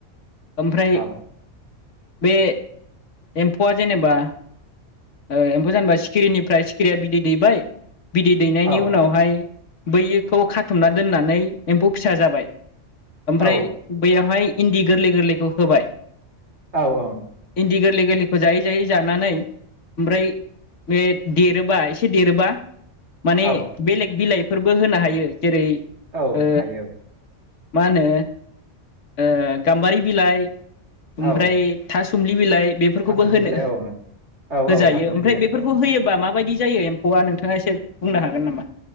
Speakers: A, on the left; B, on the right.
A: ओमफ्राय
B: औ
A: बे एम्फौआ जेनेबा एम्फौ जानोबा सिखिरिनि फ्राय सिखिरिया बिदै दैबाय बिदै दैनायनि
B: औ
A: उनावहाय बैयोखौ खा बुथुमना दोननानै एम्फौ फिसा जाबाय ओमफ्राय
B: औ
A: बैयावहाय इन्दि गोरलै गोरलैखौ होबाय
B: औ ओं
A: इन्दि गोरलै गोरलैखौ जायै जायै जानानै ओमफ्राय बे देरोबा एसे देरोबा माने
B: औ
A: बेलेग बिलाइ फोरबो होनो हायो जेरै
B: औ
A: ओ
B: हायो औ
A: मा होनो ओ गाम्बारि बिलाइ
B: औ
A: ओमफ्राय थास सुमलि बिलाइ बेफोरखौबो
B: थासुमलि
A: होनो
B: बिलाइ औ नंगौ औ
A: होजायो
B: औ थासुमलि
A: ओमफ्राय
B: बिलाइ
A: बेफोरखौ होयोबा मा बायदि जायो एम्फौआ नोंथाङा एसे बुंनो हागोन नामा?